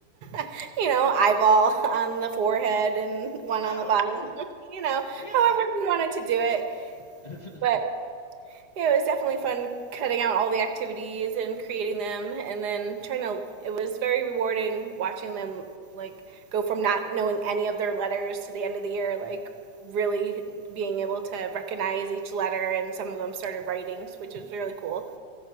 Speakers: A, on the right; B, on the left.
A: <laughs> you know, eyeball on the forehead and one
B: Oh,
A: on the bottom.
B: cool.
A: <laughs> You know,
B: Yeah.
A: however you wanted to do it,
B: <laughs>
A: but yeah, it was definitely fun cutting out all the activities and creating them and then trying to it was very rewarding watching them like go from not knowing any of their letters to the end of the year like really being able to recognize each letter and some of them started writing which was really cool